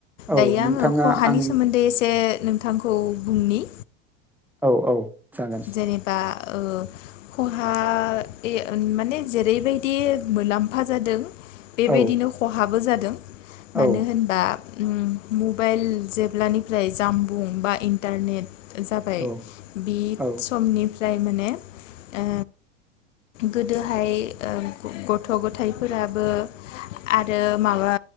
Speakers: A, in the centre; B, on the left.
A: औ
B: दायो
A: नोंथाङा
B: आङो खहानि
A: आं
B: सोमोन्दै एसे नोंथांखौ खौ बुंनि
A: औ औ जागोन।
B: जेनेबा ओ खहा ओइ ओ माने जेरैबायदि मोलाम्फा जादों बेबायदिनो
A: औ
B: खहाबो जाद दों
A: औ
B: मानो होनबा उम मबाइल जेब्लानिफ्राय जामबुं बा इन्टारनेट जाबाय
A: औ
B: बिद
A: औ
B: समनिफ्रा फ्राय माने ओ गोदोहाय ओ गथ' गथाइफोराबो आरो माबा